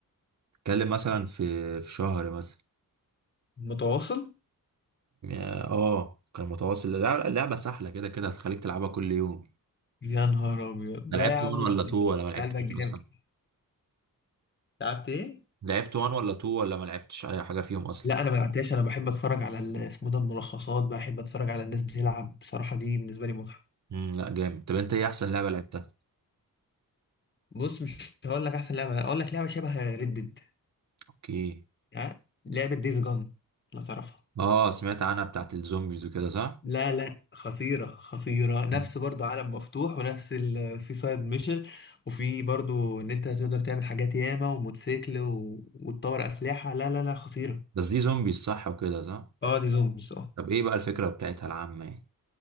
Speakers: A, on the right; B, on the left.
A: بتتكلم مثلا في في شهر مثلا
B: متواصل
A: اه كان متواصل لا، اللعبة سهلة كده كده هتخليك تلعبها كل يوم
B: يا نهار ابيض
A: انا
B: لا
A: لعبت
B: يا عم
A: 1 ولا
B: انت
A: 2
B: أنت
A: ولا ما لعبتش
B: قلبك جامد
A: اصلا
B: لعبت ايه
A: لعبت 1 ولا 2 ولا ما لعبتش اي حاجة فيهم اصلا
B: لا انا ما لعبتهاش انا بحب اتفرج على ال- اسمه ده الملخصات بحب اتفرج على الناس بتلعب بصراحه دي بالنسبه لي متعه
A: امم لا جامد طب انت ايه احسن لعبة لعبتها
B: بص مش هقول لك احسن لعبه هقول لك لعبه شبه ريدد
A: اوكي
B: يعني لعبه ديز جون لا تعرفها
A: اه سمعت عنها بتاعت الزومبيز وكده صح
B: لا لا خطيره خطيره نفس
A: مم.
B: برضو عالم مفتوح ونفس ال... في سايد ميشن وفي برضو ان انت تقدر تعمل حاجات ياما وموتوسيكل و... وتطور اسلحه لا لا لا خطيره
A: بس دي زومبيز صح وكده صح
B: اه دي زومبيز اه
A: طب ايه بقى الفكرة بتاعتها العامة يعني